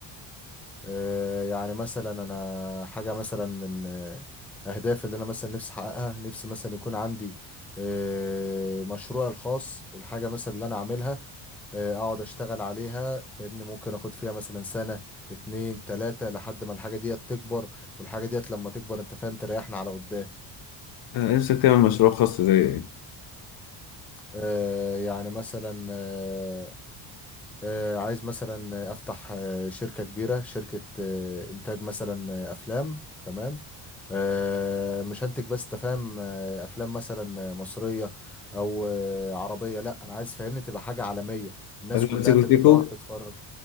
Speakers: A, in the centre; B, on the left (about 55°).
A: آه يعني مثلا انا حاجه مثلا من آه، اهدافي اللي انا مثلا نفسي احققها نفسي مثلا يكون عندي آه مشروعي الخاص الحاجه مثلا اللي انا عاملها آه، اقعد اشتغل عليها فاهمني ممكن اخد فيها مثلا سنة اتنين تلاتة لحد ما الحاجة ديت تكبر والحاجة ديت لما تكبر انت فاهم تريحنا على قدام
B: أنا نفسك تعمل مشروع خاص زي إيه؟
A: آه، يعني مثلا آه، آه، عايز مثلا افتح آه، شركة كبيرة شركة آه، انتاج مثلا آه، افلام تمام آه، مش هنتج بس تفهم آه، افلام مثلا آه، مصرية او آه، عربية لا انا عايز فاهمني تبقى حاجة عالمية الناس
B: أفلام
A: كلها
B: سيكو
A: فاهمني
B: سيكو
A: تقعد تتفرج